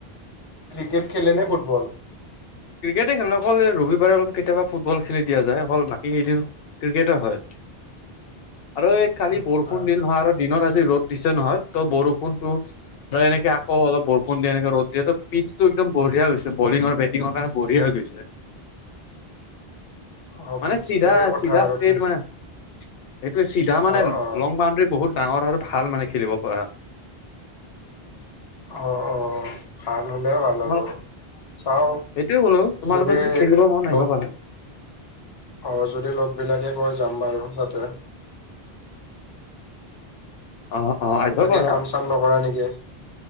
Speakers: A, on the left; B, on the left.
A: ক্ৰিকেট খেলে নে ফুটবল?
B: ক্ৰিকেটে খেলোঁ অকল। এই ৰবিবাৰে অলপ কেতিয়াবা ফুটবল খেলি দিয়া যায়, অকল বাকী কৈদিন - ক্ৰিকেটো হয়। আৰু এই কালি
A: আচ্ছা
B: বৰষুণ দিল নহয় আৰু দিনত আজি ৰ'দ- দিছে নহয়। তো' বৰষুণতো - ত', এনেকে আকৌ অলপ বৰষুণ দিয়ে, এনেকে ৰ'দ দিয়ে। ত পিছটো একদম বঢ়ীয়া হৈছে। বলিং আৰুে বেট- টিংৰ কাৰণে বঢ়ীয়া হৈ গৈছে।
A: অ
B: মানে
A: পিচটোৰে
B: চিধা,
A: কথা
B: চিধা
A: আৰু
B: ষ্টেট
A: পিচ
B: মানে। সেইটোৱে চিধা মানে,
A: অ অ
B: লং বাউণ্ডৰী বহুত ডাঙৰ আৰু ভাল মানে খেলিব পাৰা।
A: অহ অহ। ভাল হ'লে ভাল
B: তোমালোক
A: হ'ব। চাওঁ
B: সেইটোয়ে ক'লো তোমালোকে
A: যদি
B: খেলিব মন
A: লগ-
B: আহিব পাৰা
A: অহ, যদি লগবিলাকে কয় যাম বাৰু, তাতে।
B: অহ অহ, আহিবা
A: বাকী
B: পাৰোঁ।
A: কাম নকৰা নেকি?